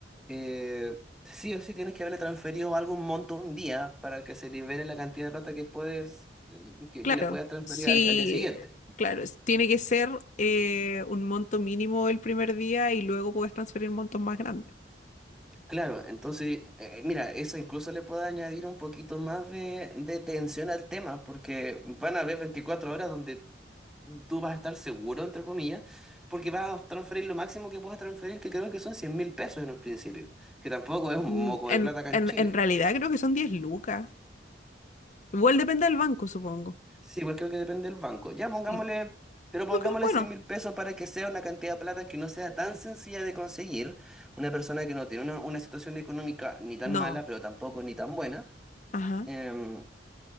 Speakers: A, in the centre; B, on the left (about 45°).
A: eh, sí o sí, tienes que haberle transferido algún monto un día para que se libere la cantidad de plata que puedes, eh, que,
B: Claro,
A: que le puedas transferir
B: sí,
A: al al día siguiente.
B: claro, es- tiene que ser eh, un monto mínimo el primer día y luego puedes transferir montos más grandes.
A: Claro, entonces, eh, mira, eso incluso le puede añadir un poquito más de, de tensión al tema, porque van a haber 24 horas donde tú vas a estar seguro, entre comillas, porque vas a transferir lo máximo que puedas transferir, que creo que son 100 mil pesos en un principio, que tampoco es un
B: Mm,
A: moco
B: En,
A: de plata acá
B: en,
A: en Chile.
B: en realidad creo que son 10 lucas. Igual depende del banco, supongo.
A: Sí, igual creo que depende del banco. Ya pongámosle,
B: Sí.
A: pero pongámosle
B: Lo que- bueno,
A: 100 mil pesos para que sea una cantidad de plata que no sea tan sencilla de conseguir, una persona que no tiene una, una situación económica ni tan
B: no.
A: mala, pero tampoco ni tan buena.
B: Ajá,
A: Em,